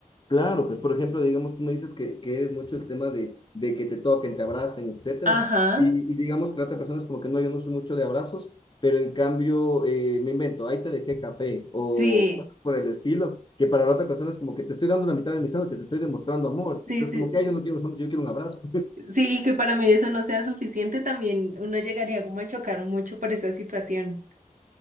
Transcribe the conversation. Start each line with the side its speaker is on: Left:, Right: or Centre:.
Left: Claro, pues por ejemplo, digamos, tú me dices que, que es mucho el tema de, de que te toquen, te abracen, etcétera.
Right: Ajá.
Left: Y, y digamos que la otra persona es como que no, yo no soy mucho de abrazos, pero en cambio eh, me invento, ahí te dejé café o
Right: Sí.
Left: cosas por el estilo, que para la otra persona es como que te estoy dando la mitad de mi sándwich, te estoy demostrando amor. Entonces,
Right: Sí, sí.
Left: como que, ay, yo no quiero sándwich, yo quiero un abrazo.
Right: Sí, y que para mí eso no sea suficiente, también uno llegaría como a chocar mucho por esa situación.